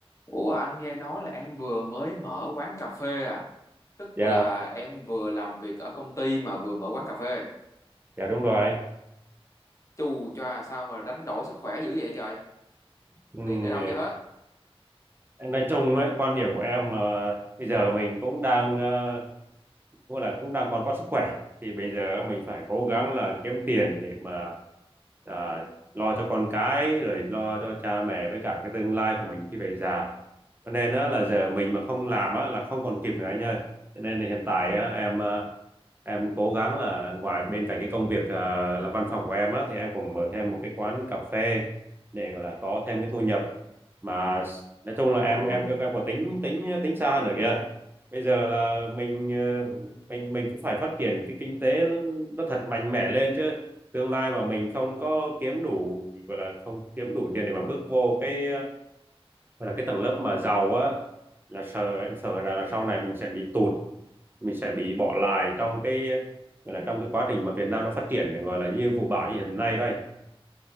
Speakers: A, on the left (about 30°); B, on the right (about 20°).
A: Ủa anh nghe nói là em vừa mới mở quán cà phê à? Tức
B: dạ
A: là em vừa làm việc ở công ty mà vừa mở quán cà phê.
B: dạ đúng rồi
A: Chù choa sao mà đánh đổi sức khỏe dữ vậy trời?
B: Ừm,
A: Tiền để đâu cho hết?
B: ờ, nói chung ấy, quan điểm của em là bây giờ mình cũng đang ờ, cũng là cũng đang còn có sức khỏe thì bây giờ mình phải cố gắng là kiếm tiền để mà à, lo cho con cái rồi lo cho cha mẹ với cả cái tương lai của mình khi về già cho nên á, là giờ mình mà không làm á, là không còn kịp nữa anh ơi cho nên là hiện tại á, em à, em cố gắng là ngoài bên cạnh cái công việc à, là văn phòng của em á, thì em cũng mở thêm một cái quán cà phê để gọi là có thêm cái thu nhập mà nói
A: Trời
B: chung
A: ơi,
B: là em em em có tính tính tính xa nữa kìa bây giờ là mình ờ, mình mình cũng phải phát triển cái kinh tế nó thật mạnh mẽ lên chứ tương lai mà mình không có kiếm đủ gọi là không kiếm đủ tiền để mà bước vô cái gọi là cái tầng lớp mà giàu á là sợ em sợ rằng là sau này mình sẽ bị tụt mình sẽ bị bỏ lại trong cái gọi là trong cái quá trình mà Việt Nam nó phát triển gọi là như vụ bão như hiện nay đó anh.